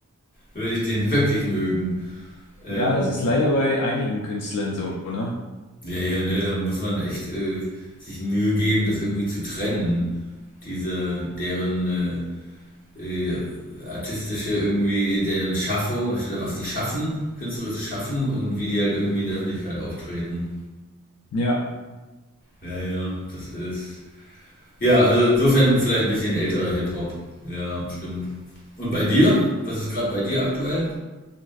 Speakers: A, on the left (about 40°); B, on the left (about 75°).
A: würde ich den wirklich mögen. Ähm,
B: ja, das ist leider bei einigen Künstlern so, ne?
A: Ja, ja, ne, da muss man echt äh, sich Mühe geben, das irgendwie zu trennen. Diese, deren äh, äh, artistische irgendwie, deren Schaffung, was die schaffen, künstlerisches Schaffen und wie die halt irgendwie in der Öffentlichkeit auftreten.
B: Ja.
A: Ja, ja, das ist. Ja, also insofern vielleicht ein bisschen älterer Hip-Hop. Ja, stimmt. Und bei dir? Was ist gerade bei dir aktuell?